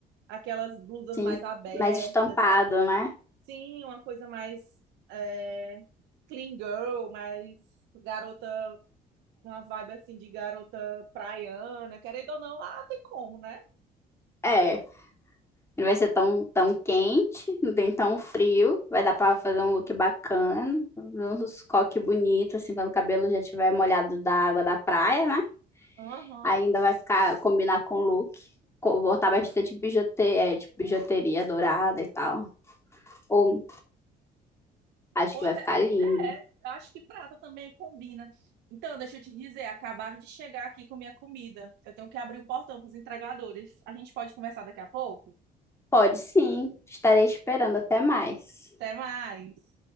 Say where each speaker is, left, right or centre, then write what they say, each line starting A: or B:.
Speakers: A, on the right; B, on the left.
A: aquelas blusas
B: Sim,
A: mais abertas,
B: mais estampado,
A: sabe?
B: né?
A: Sim, uma coisa mais é, clean girl, mais garota, uma vibe assim de garota praiana, querendo ou não, lá tem como, né?
B: É. É. Não vai ser tão, tão quente, não tem tão frio. Vai dar para fazer um look bacana, uns coque bonito, assim, quando o cabelo já tiver molhado da água da praia, né?
A: Aham.
B: Ainda vai ficar combinar com o look. co- Botar bastante bijuteria, é, tipo, bijuteria dourada e tal. Ou acho
A: Ou
B: que
A: até.
B: vai ficar lindo.
A: É, acho que prata também combina. Então, deixa eu te dizer, acabaram de chegar aqui com minha comida. Eu tenho que abrir o portão para os entregadores. A gente pode conversar daqui a pouco?
B: Pode sim, estarei esperando até mais.
A: Até mais.